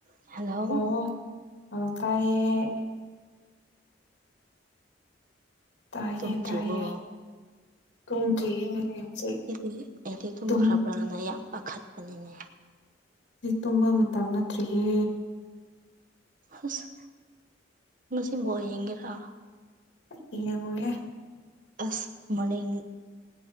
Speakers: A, on the right; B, on the left.
A: hello
B: ꯑꯣ ꯑꯣ ꯇꯥꯏꯌꯦ ꯇꯥꯏꯌꯦ
A: ꯇꯨꯝꯗ꯭ꯔꯤꯕꯣ
B: ꯇꯥꯏꯌꯦ ꯇꯨꯝꯗ꯭ꯔꯤꯌꯦ ꯍꯧꯖꯤꯛ
A: ꯑꯩꯗꯤ ꯑꯩꯗꯤ ꯇꯨꯝꯈ꯭ꯔꯕ꯭ꯔꯅ
B: ꯇꯨꯝ
A: ꯌꯥꯝ ꯄꯥꯈꯠꯄꯅꯤꯅꯦ
B: ꯍꯧꯖꯤꯛ ꯇꯨꯝꯕ ꯃꯇꯝ ꯅꯠꯇ꯭ꯔꯤꯌꯦ
A: ꯍꯁ ꯉꯁꯤ ꯕꯣꯜ ꯌꯦꯡꯒꯦꯔꯥ
B: ꯑꯩꯗꯤ ꯌꯦꯡꯉꯣꯏꯌꯦ
A: ꯑꯁ ꯃꯅꯤꯡ